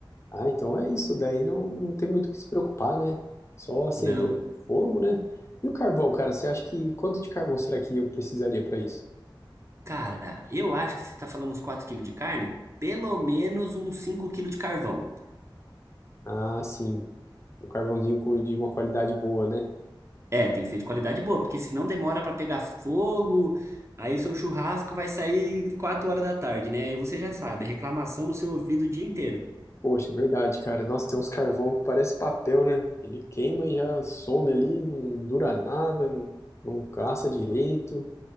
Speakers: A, on the left; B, on the right.
A: Ah, então é isso. Daí não, não tem muito o que se preocupar, né? Só acender
B: Não.
A: o fogo, né? E o carvão, cara, você acha que quanto de carvão será que eu precisaria para isso?
B: Cara, eu acho que você tá falando uns 4 quilos de carne, pelo menos uns 5 quilos de carvão.
A: Ah, sim. Um carvãozinho co- de uma qualidade boa, né?
B: É, tem que ser de qualidade boa, porque senão demora pra pegar fogo, aí o seu churrasco vai sair 4 horas da tarde, né? Aí você já sabe, é reclamação no seu ouvido o dia inteiro.
A: Poxa, é verdade, cara. Nossa, tem uns carvão que parece papel, né? Ele queima e já some ali, não dura nada, não, não caça direito.